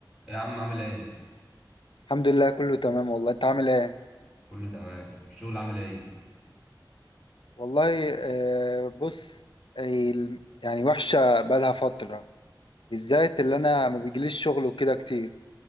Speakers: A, in the centre; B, on the left.
A: يا عم عامل ايه؟
B: الحمد لله كله تمام والله انت عامل ايه
A: كله تمام، الشغل عامل ايه؟
B: والله آه، بص ال- يعني وحشه بقالها فتره بالذات اللي انا ما بيجيليش شغل وكده كتير